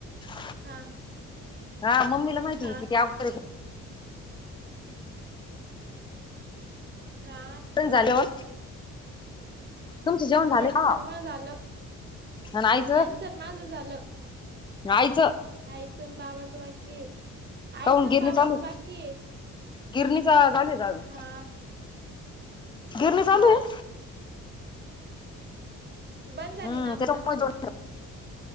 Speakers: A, on the left; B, on the right.
A: <inaudible>
B: हा.
A: हां मम्मीला माहितीय
B: हा
A: किती अवघड
B: हा.
A: झाले वर, तुमचे जेवण झाले
B: यांचं
A: ना?
B: न माझं झालं
A: अन आईचं,
B: यांचं न माझं झालं
A: आईचं?
B: आईचं अन बाबाचं बाकी आहे,
A: काऊन
B: आईचं अन
A: गिरणी
B: बाबाचं
A: चालू
B: बाकी आहे.
A: गिरणीचा चालू आहे का अजून?
B: हा
A: गिरणी चालू
B: हाव
A: आहे?
B: बंद
A: हम्म
B: झाली ना आताच
A: त्याच्यामुळे जेवण